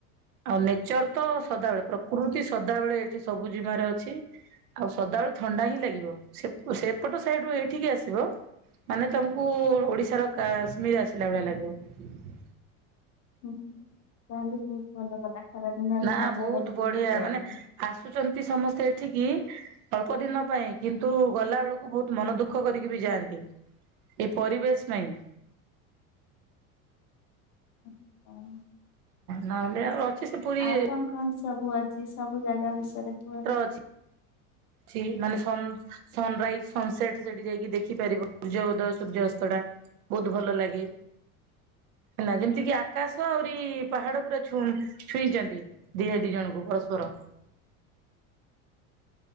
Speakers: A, on the right; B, on the left.
A: ଆଉ ନେଚର ତ ସଦାବେଳେ ପ୍ରକୃତି ସଦାବେେଳେ ଏଠି ସବୁ ଜିମାରେ ଅଛି। ଆଉ ସଦାବେଳଳେ ଥଣ୍ଡା ହିଁ ଲାଗିବ। ସେ ସେପଟ ସାଇଡୁ ଏଇଠିକି ଆସିବ। ମାନେ ତମକୁ ଓଡିଶାର କାଶ୍ମୀର ଆସିଲା ଭଳିଆ ଲାଗିବ।
B: ଓ ତାହେଲେ ବହୁତ ଭଲ କଥା। ଖରାଦିନରେ
A: ନା
B: ମଜା
A: ବହୁତ
B: ଲାଗିବ
A: ବଢିଆ
B: ବୁଲିବାକୁ।
A: ମାନେ ଆସୁଛନ୍ତି ସମସ୍ତେ ଏଠିକି ଅଳ୍ପ ଦିନ ପାଇଁ। କିନ୍ତୁ ଗଲା ବେଳକୁ ବହୁତ ମନ ଦୁଃଖ କରିକି ବି ଯାଆନ୍ତି। ଏ ପରିବେଶ ପାଇଁ
B: <inaudible>
A: ନହେଲେ ଅଛି ସେ ପୁରୀରେ
B: ଆଉ କଣ କଣ ସବୁ ଅଛି? ସବୁ ଜାଗା ବିଷୟରେ କୁହନ୍ତୁ।
A: ଅଛି। ଅ ମାନେ ସ ସନରାଇଜ, ସନସେଟ, ସେଠି ଯାଇକି ଦେଖିପାରିବ। ସୂର୍ଯ୍ୟ ଉଦୟ ସୂର୍ଯ୍ୟାସ୍ତ ଟା। ବହୁତ ଭଲ ଲାଗେ। ହେଲା ଯେମିତି କି କାଶ ଆଉରି ପାହାଡ ପୁରା ଛୁଉଁ ଛୁଇଁଛନ୍ତି। ଦିହ ଦି ଜଣଙ୍କୁ ପରସ୍ପର।